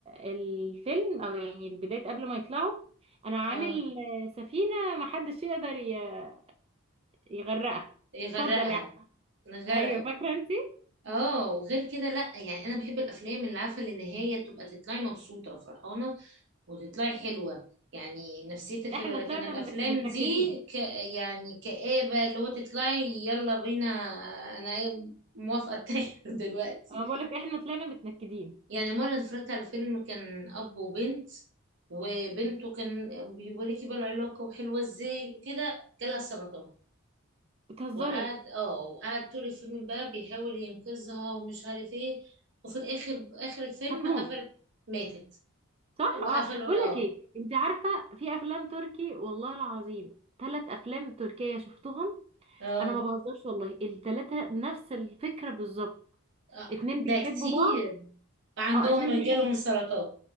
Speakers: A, on the right; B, on the right.
A: الفيلم او يعني بداية قبل ما يطلعوا انا عامل
B: اه
A: آه، سفينة محدش يقدر ي- يغرقها
B: يغرقها
A: اتفضل يعني
B: نغرقه
A: ايوه فاكرة انت
B: اه وغير كده لا يعني انا بحب الافلام اللي عارفه اللي النهايه تبقى تطلعي مبسوطه وفرحانه وتطلعي حلوة يعني نفسيتك حلوة
A: احنا
B: لكن
A: طلعنا
B: الأفلام
A: منك- متنكدين
B: دي ك... يعني كآبة اللي هو تطلعي يلا بينا أنا موافقة أتاخر <laughs> دلوقتي
A: انا بقول لك احنا طلعنا متنكدين
B: يعني مرة اتفرجت على فيلم كان أب وبنت وبنته كان بيوريكي بقى العلاقة وحلوة ازاي وكده جالها سرطان
A: بتهزري
B: وقعد اه وقعد طول الفيلم بقى بيحاول ينقذها ومش عارف ايه وفي الآخر آخر الفيلم
A: هتموت
B: قفلت ماتت
A: صح
B: وقفلوا
A: اه بقول
B: اه
A: لك ايه انت عارفه في افلام تركي والله العظيم ثلاث افلام تركيه شفتهم
B: اه
A: انا ما بهزرش والله الثلاثه نفس الفكره بالظبط
B: آه،
A: اتنين
B: ده
A: بيحبوا
B: كتير
A: بعض
B: عندهم
A: اه اتنين بيحب
B: جالهم السرطان